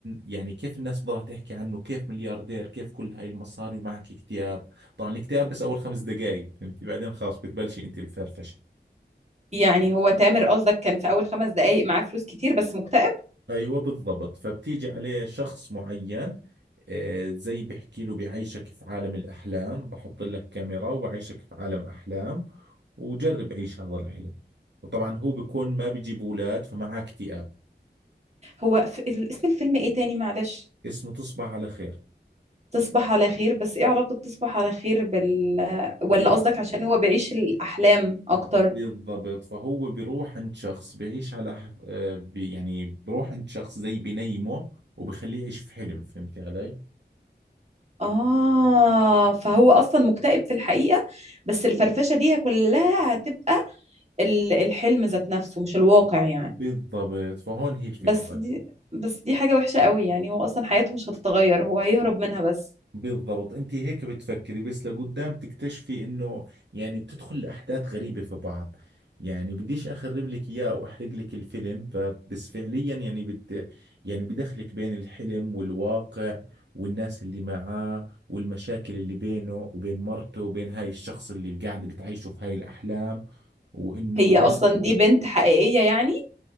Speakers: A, on the right; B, on the right.
A: يعني كيف الناس بتضلها تحكي عنه كيف ملياردير كيف كل هاي المصاري ومعك اكتئاب طبعا الاكتئاب بس اول خمس دقائق فهمتي بعدين خلاص بتبلشي انت الفرفشه
B: يعني هو تامر قصدك كان في أول خمس دقايق معاه فلوس كتير بس مكتئب
A: ايوه بالضبط فبتيجي عليه شخص معين آه، زي بحكي له بعيشك في عالم الأحلام بحط لك كاميرا وبعيشك في عالم أحلام وجرب عيش هذا الحلم طبعا هو بيكون ما بيجيب أولاد فمعاه اكتئاب
B: هو في... اسم الفيلم إيه تاني معلش
A: اسمه تصبح على خير
B: تصبح على خير بس ايه علاقة تصبح على خير بال ولا
A: بال...
B: قصدك عشان هو بيعيش الأحلام أكتر
A: بالضبط فهو بيروح عند شخص بيعيش على ح- آه، بي يعني بيروح عند شخص زي بنيمه وبخليه يعيش في حلم فهمتي علي
B: آه فهو أصلا مكتئب في الحقيقة بس الفرفشة دي كلها هتبقى ال- الحلم ذات نفسه مش الواقع يعني
A: بالضبط فهون هي الفكرة
B: بس دي بس دي حاجة وحشة قوي يعني هو أصلا حياته مش هتتغير هو هيهرب منها بس
A: بالضبط انت هيك بتفكري بس لقدام تكتشفي انه يعني بتدخل احداث غريبة في بعض يعني بديش اخرب لك اياه واحرق لك الفيلم فبس فعليا يعني بت يعني بدخلك بين الحلم والواقع والناس اللي معاه والمشاكل اللي بينه وبين مرته وبين هاي الشخص اللي قاعد بتعيشه في هاي الاحلام وانه
B: هي أصلا دي بنت حقيقية يعني